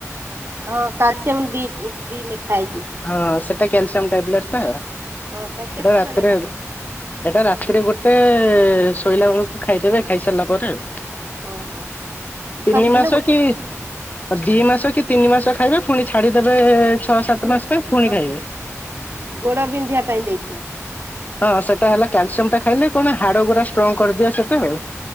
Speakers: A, on the right (about 50°); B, on the left (about 30°).
A: ହଁ କ୍ୟାଲସିୟମ ଡି ଥ୍ରି ଲେଖା ହେଇଛି।
B: ହଁ ସେଟା କ୍ୟାଲସିୟମ ଟାବଲେଟଟା ଆଉ। ସେଟା
A: ହଁ ତା କେତେଟା
B: ରାତିରେ
A: ଲେଖା
B: ସେଇଟା ରାତିରେ ଗୋଟେ, ଶୋଇଲା ବେଳକୁ ଖାଇଦେବେ ଖାଇସାରିଲା ପରେ ଆଉ।
A: ହଁ ହଁ
B: ତିନି
A: ସବୁଦିନ
B: ମାସ
A: ଗୋଟେ
B: କି ଅ ଦି ମାସ କି ତିନି ମାସ ଖାଇବେ, ଫୁଣି ଛାଡିଦେବେ ଛଅ ସାତ
A: ଝିଅ
B: ମାସ ପାଇଁ, ଫୁଣି
A: ତତେ
B: ଖାଇବେ।
A: ଗୋଡ ବିନ୍ଧିବା ପାଇଁ ଦେଇଥିଲା।
B: ହଁ ସେଟା ହେଲା କାଲସିୟମଟା ଖାଇଲେ, କଣ ହାଡ ଗୁଡା ଷ୍ଟ୍ରଙ୍ଗ କରିଦିଏ ସେଟା ଆଉ।